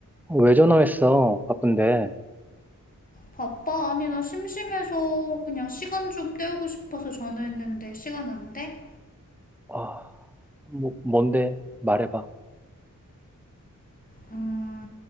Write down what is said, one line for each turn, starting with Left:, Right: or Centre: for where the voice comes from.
Centre: 어, 왜 전화했어? 바쁜데.
Left: 바빠? 아니, 나 심심해서 그냥 시간 좀 때우고 싶어서 전화했는데 시간 안 돼?
Centre: 아, 뭐, 뭔데? 말해봐.
Left: 음,